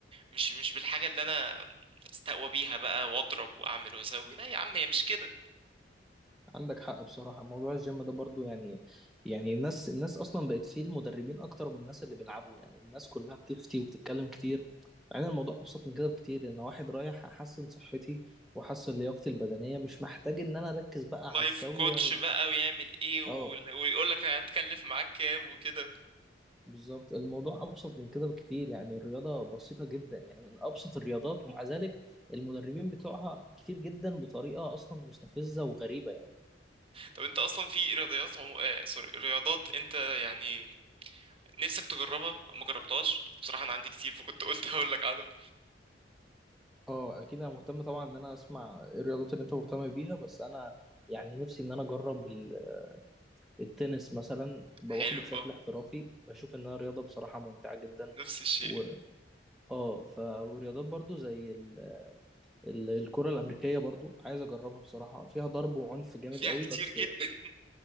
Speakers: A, on the right; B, in the centre.
A: مش مش بالحاجة اللي انا استقوى بيها بقى واضرب واعمل واسوي لا يا عم هي مش كده
B: عندك حق بصراحة موضوع الجيم ده برضو يعني يعني الناس الناس أصلا بقت فيه المدربين أكتر من الناس اللي بيلعبوا يعني الناس كلها بتفتي وبتتكلم كتير مع إن الموضوع أبسط من كده بكتير أنا واحد رايح أحسن صحتي وأحسن لياقتي البدنية مش محتاج إن أنا أركز بقى على
A: لايف
B: الزاوية
A: كوتش بقى ويعمل ايه وال-
B: أه
A: ويقول لك هتكلف معاك كام وكده
B: بالظبط الموضوع أبسط من كده بكتير يعني الرياضة بسيطة جدا يعني من أبسط الرياضات ومع ذلك المدربين بتوعها كتير جدا بطريقة أصلا مستفزة وغريبة يعني
A: طب انت اصلا في رياضيات عمو... آه سوري رياضات انت يعني نفسك تجربها ما جربتهاش بصراحة انا عندي كتير فكنت قلت <laughs> هقول لك عنهم
B: اه اكيد انا مهتم طبعا ان انا اسمع إيه الرياضات اللي انت مهتم بيها بس انا يعني نفسي ان انا اجرب ال- التنس مثلا باخده
A: حلو
B: بشكل
A: اه
B: احترافي بشوف انها رياضه بصراحه ممتعه جدا
A: نفس الشيء
B: و اه ف- ورياضات برضو زي ال... ال... الكره الامريكيه برضو عايز اجربها بصراحه فيها ضرب وعنف جامد
A: فيها
B: قوي
A: كتير
B: بس
A: جدا